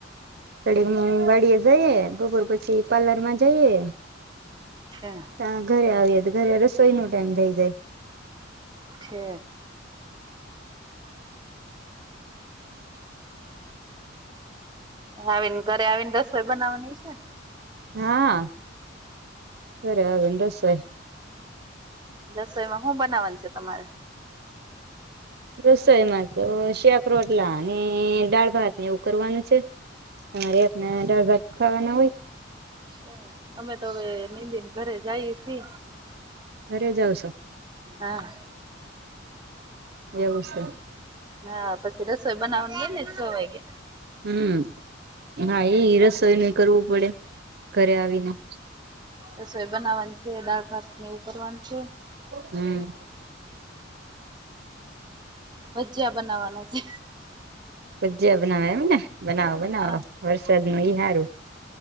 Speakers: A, on the right (about 55°); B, on the right (about 25°).
A: તડી મુું વાડીએ જાયએ ભોપર પછી પાર્લર માં જાયે
B: અચ્છા
A: ત ઘરે આવીએ તો ઘરે રસોઈ નો ટાઈમ થઈ જાય
B: છે આવીને ઘરે આવીને રસોઈ બનાવવાની છે.
A: હા ઘરે આવી ને રસોઈ.
B: રસોઈમાં શું બનાવવાનું છે તમારે?
A: રસોઈ માં તો શેકરોટલા અને દાળભાત ને એવું કરવાનું છે. અમારે રાતના દાળ ભાત ખાવાના હોય
B: અચ્છા, અમે તો હવે નિંદિને ઘરે જઈએ છે.
A: ઘરે જાવ છો
B: હા.
A: એવું છે
B: હા પછી રસોઈ બનાવાનું હેને છ વાગે
A: હમ્મ, હા, એ રસોઈનું કરવું પડે ઘરે કર્યા વિના
B: રસોઈ બનાવાની છે દાળ ભાત ને એવું કરવાનું છે
A: હમ
B: ભજીયા બનાવાના છે
A: ભજ઼ીયા બનાવા એમ ને બનાવો
B: હા
A: બનાવો વરસાદ મા ઈ હારું